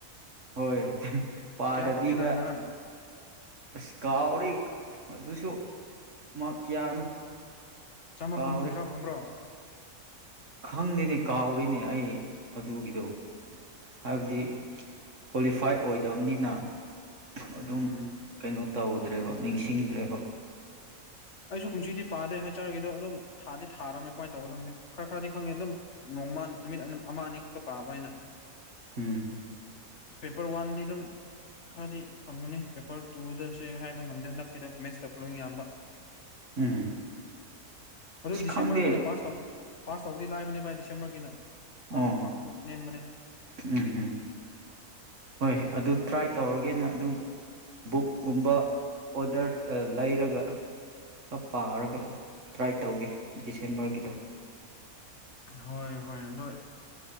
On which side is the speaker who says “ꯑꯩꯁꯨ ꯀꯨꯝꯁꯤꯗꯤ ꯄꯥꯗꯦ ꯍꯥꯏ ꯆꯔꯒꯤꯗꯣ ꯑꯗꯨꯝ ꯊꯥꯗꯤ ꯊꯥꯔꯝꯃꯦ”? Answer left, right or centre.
Left